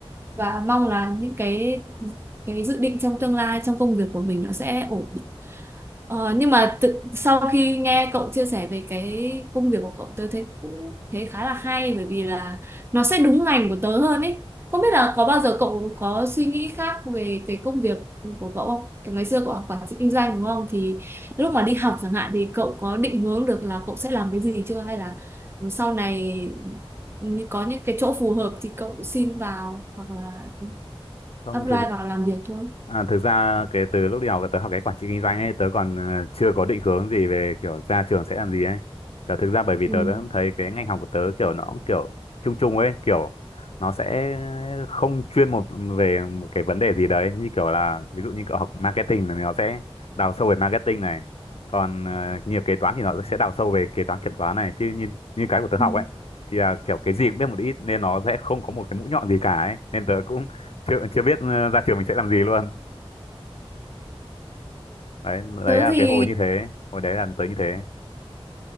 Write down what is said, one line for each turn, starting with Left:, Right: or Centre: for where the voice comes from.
Right: và mong là những cái cái dự định trong tương lai trong công việc của mình nó sẽ ổn Ờ, nhưng mà tự, sau khi nghe cậu chia sẻ về cái công việc của cậu tớ thấy cũng thấy khá là hay bởi vì là nó sẽ đúng ngành của tớ hơn ấy. Không biết là có bao giờ cậu có suy nghĩ khác về cái công việc của cậu không? Kiểu ngày xưa cậu học quản trị kinh doanh đúng không? Thì lúc mà đi học chẳng hạn thì cậu có định hướng được là cậu sẽ làm cái gì chưa hay là sau này có những cái chỗ phù hợp thì cậu xin vào hoặc là
Left: không
Right: apply
Left: thực
Right: vào làm việc thôi.
Left: À, thực ra cái từ lúc đi học tớ học cái quản trị kinh doanh ấy tớ còn ờ, chưa có định hướng gì về kiểu ra trường sẽ làm gì ấy kiểu thực ra bởi vì
Right: Ừ.
Left: tớ đã thấy cái ngành học của tớ kiểu nó cũng kiểu chung chung ấy kiểu nó sẽ không chuyên một về một cái vấn đề gì đấy như kiểu là ví dụ như cậu học marketing thì nó sẽ đào sâu về marketing này còn ờ, nghiệp kế toán thì nó sẽ đào sâu về kế toán kiểm toán này chứ như như cái của tớ học
Right: Ừ.
Left: ấy thì là kiểu cái gì cũng biết một ít nên nó sẽ không có một cái mũi nhọn gì cả ấy nên tớ cũng chưa chưa biết ờ, ra trường mình sẽ làm gì luôn đấy đấy
Right: Tớ
Left: là
Right: thì
Left: cái hồi như thế hồi đấy là tớ như thế